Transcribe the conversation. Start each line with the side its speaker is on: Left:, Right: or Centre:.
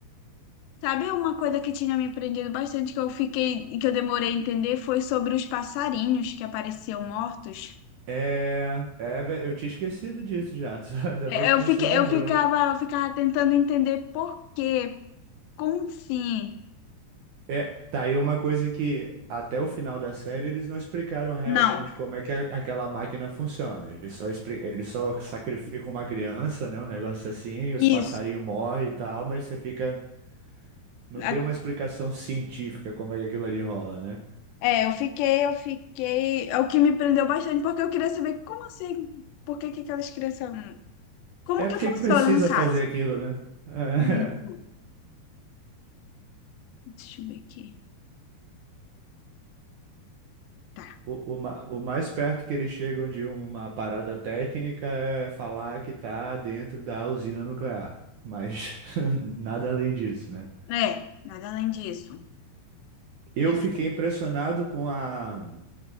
Left: Sabe uma coisa que tinha me prendido bastante que eu fiquei, que eu demorei a entender foi sobre os passarinhos que apareciam mortos.
Right: É, é, ve- eu tinha esquecido disso já, <laughs> só ainda
Left: É,
Right: bem que
Left: Eu
Right: você
Left: fiquei,
Right: lembrou.
Left: eu ficava, eu ficava tentando entender por quê, como assim?
Right: É, tá aí uma coisa que até o final da série eles não explicaram realmente
Left: Não,
Right: como é que a- aquela máquina funciona. Eles só, expli- eles só sacrificam uma criança, né? Um negócio assim, os
Left: isso.
Right: passarinhos morrem e tal, mas você fica. Não
Left: A-
Right: tem uma explicação científica como é que aquilo ali rola, né?
Left: É, eu fiquei, eu fiquei. É o que me prendeu bastante, porque eu queria saber como assim, por que que aquelas crianças. Como
Right: É
Left: que
Right: porque
Left: funciona
Right: que precisa
Left: no caso?
Right: fazer aquilo, né? <laughs> É.
Left: Isso. Deixa eu ver aqui. Tá.
Right: O, o, ma- o mais perto que eles chegam de uma parada técnica é falar que tá dentro da usina nuclear. Mas <laughs> nada além disso, né?
Left: É, nada além disso.
Right: Eu
Left: E f-
Right: fiquei impressionado com a,